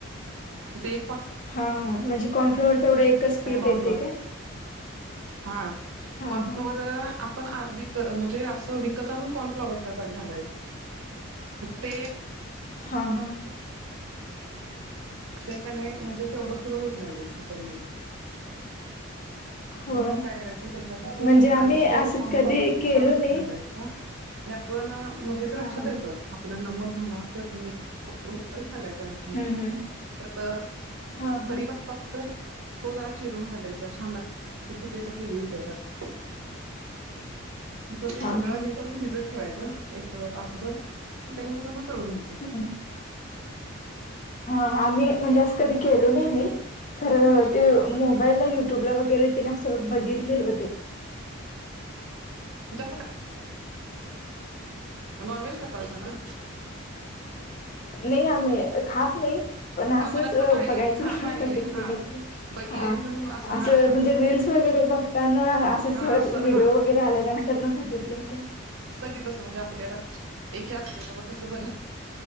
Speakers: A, on the right (about 70°); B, on the left (about 35°).
A: फक्त एक पॉकेट
B: हा हा.. म्हणजे कॉर्नफ्लॉवर तेवढं एकच पीठ
A: कॉर्नफ्लॉवर
B: येतेय काय.
A: हा
B: हा
A: कॉर्नफ्लॉवर.
B: हा
A: आपण विक म्हणजे असं विकत आनून कॉर्नफ्लाॉवर त्यात आणि घालायचं. ते
B: हा हा.
A: ते का नाही म्हणजे तेवढं फुरं होत नाही ते चिकन मध्ये. म्हणून
B: होय
A: मग काय करायचं त्याच्यासाठी
B: म्हणजे आम्ही
A: आणखी थोडं
B: असं
A: कॉर्नफ्लवर
B: कधी
A: फक्त
B: केलो
A: आणून त्याच्यात
B: नाही
A: घालायचं. हा आणि आपण म्हणजे
B: हा
A: ते लक्षात
B: हा
A: येतं. आपलं नमक म्हणा चटणी थोडी त्याच्यात घालायची. <unintelligible>
B: हम्म
A: की
B: हम्म
A: परत
B: हा हा
A: कढीप <unintelligible> तो जरा चिरून घालायचा छान लागतंय. त्याची टेस् वेगळी <unintelligible> त्या त्यात असं
B: हा
A: ते सगळं
B: हा
A: हे करून भिजत ठेवायच एक तासभर त्याच्यानंतर मग तळून घ्यायचं.
B: हम. हा आम्ही म्हणजे असं कधी केलं नाही मी. खरं ते मोबाईलला युट्यूबला वगैरे तेन असं बघितलेलं ओ ते.
A: तुझं <unintelligible>
B: <unintelligible>
A: नॉन व्हेज खातासा ना?
B: नाही आम्ही खात नाही. पण असंच
A: हा असं पाहिलेल
B: बघायचं
A: हा
B: म्हणून
A: पाहिलेल
B: बघितलेलं
A: हा
B: खर.
A: बघियायचं
B: हा
A: म्हणून
B: असं
A: हा हा
B: म्हणजे
A: हा
B: रील्स वगैरे बघ त्यांना असं
A: हा
B: अस सहज व्हिडिओ
A: हा
B: वगैरे आल्यानंतर न बघितलं होत.
A: कि तस म्हणजे आपल्या अस क ब